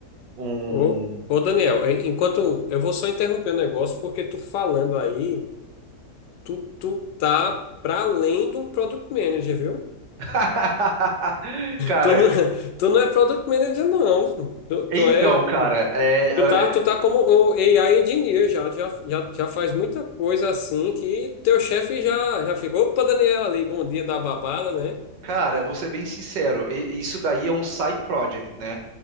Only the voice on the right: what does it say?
um-
<laughs> Cara,
então,
cara, é,
é,
cara, vou ser bem sincero, e- isso daí é um side project, né?